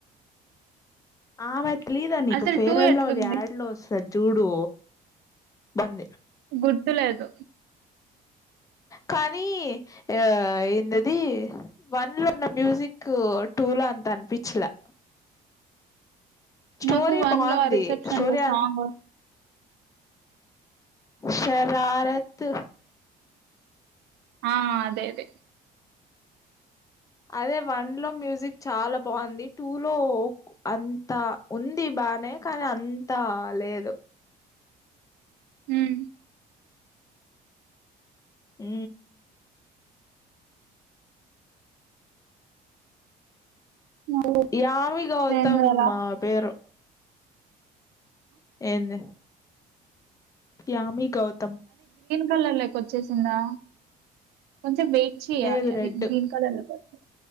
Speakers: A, on the left; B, on the right.
A: ఆడపిల్లని తెలీదా నీకు
B: అసలు
A: ఫేర్
B: టూ
A: అండ్
B: ఎట్లుంది
A: లవ్లీ యాడ్ లో వ స జూడు బంద
B: గుర్తులేదు
A: కానీ ఆ ఏన్నది వన్ లో ఉన్న మ్యూజిక్ టూ లో అంత అనిపించలా స్టోరీ
B: నాకు వన్
A: బాగుంది
B: లో ఆ రిసెప్షన్
A: స్టోరీ
B: లో సాంగ్
A: అ శరారత్
B: ఆ అదే అదే
A: అదే వన్ లో మ్యూజిక్ చాలా బాగుంది టూ లో అంత ఉంది బానే కానీ అంతా లేదు
B: ఉహు
A: ఉ
B: నువ్వు
A: యామి గౌతమ్ఆమె
B: ఏందలా
A: పేరు ఏంది యామి గౌతమ్
B: కళ్ళల్లోకి వచ్చేసిందా కొంచెం వెయిట్ చేయాలి
A: లేదు
B: అది
A: రెడ్
B: గ్రీన్ కలర్ లోకి వచ్చే